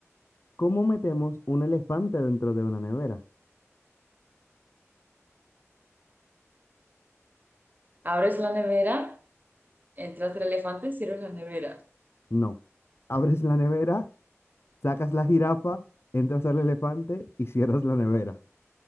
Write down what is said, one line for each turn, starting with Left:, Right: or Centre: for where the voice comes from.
Left: ¿cómo metemos un elefante dentro de una nevera?
Right: Abres la nevera, entras el elefante, cierras la nevera.
Left: No. Abres la nevera, sacas la jirafa, entras al elefante y cierras la nevera.